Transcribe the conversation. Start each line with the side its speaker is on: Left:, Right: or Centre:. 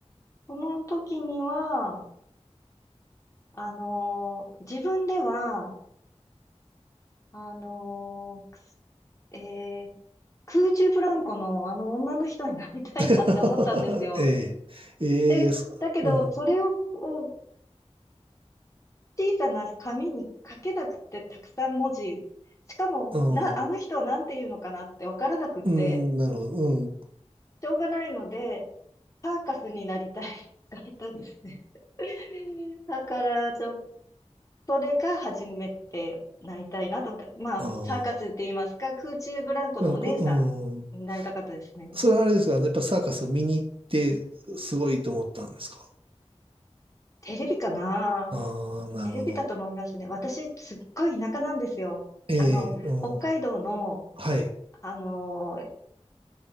Left: その時には、あのー自分では、あのーくすえー空中ブランコのあの女の人になりたいなって思ったんですよ。
Right: ー、<laughs> えー、えー、
Left: で、
Right: そうん。
Left: だけど、それを、こう小さな紙に書けなくて、たくさん文字。しかも、
Right: うん。
Left: な、あの人は何て言うのかなってわからなくって、
Right: うん。なるほど。うん。
Left: しょうがないので、サーカスになりたいって書いたんですね。<laughs> だから、ちょっそれが初めてなりたいなと思った。まあ、
Right: あ
Left: サーカスって言いますか、空中ブランコのお姉さんになりたかったですね。
Right: あ。なんか、うん。それはあれですかね。やっぱサーカスを見に行って、すごいと思ったんですか
Left: テレビかな
Right: ああ、なるほど。
Left: テレビだと思いますね。私、すっごい田舎なんですよ。
Right: ええ、
Left: あの、
Right: うん。
Left: 北海道の、
Right: はい。
Left: あのー、